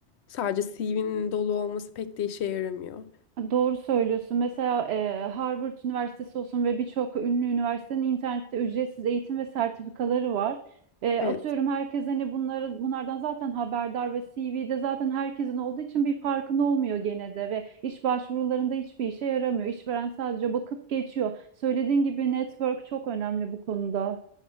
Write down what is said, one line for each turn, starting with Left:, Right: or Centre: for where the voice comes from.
Left: Sadece CV'nin dolu olması pek de işe yaramıyor.
Right: Doğru söylüyorsun. Mesela e, Harvard Üniversitesi olsun ve birçok ünlü üniversitenin internette ücretsiz eğitim ve sertifikaları var. E,
Left: Evet.
Right: atıyorum herkes hani bunları, bunlardan zaten haberdar ve CV'de zaten herkesin olduğu için bir farkında olmuyor gene de ve iş başvurularında hiçbir işe yaramıyor. İşveren sadece bakıp geçiyor. Söylediğin gibi network çok önemli bu konuda.